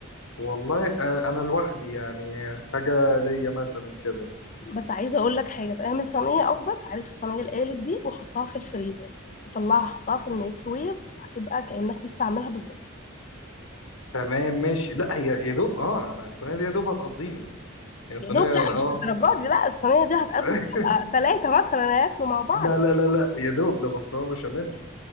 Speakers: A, on the left (about 80°); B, on the left (about 40°).
A: والله آه، انا لوحدي يعني حاجة ليا مثلا كده
B: بس عايزة اقول لك حاجة تعمل صينية افضل عارف الصينية القالب دي وحطها في الفريزر وطلعها حطها في الميكرويف هتبقى كأنك لسه عاملها بالظبط
A: تمام ماشي لا هي يا دوب اه انا الصينية دي يا دوب هتقضيني يا صينية
B: يا دوب لا مش
A: اه
B: الدرجات دي لا الصينية دي هتقضي
A: <laughs>
B: ثلاثة مثلا هياكلوا مع بعض
A: لا لا لا لا يا دوب ده مكرونة بشاميل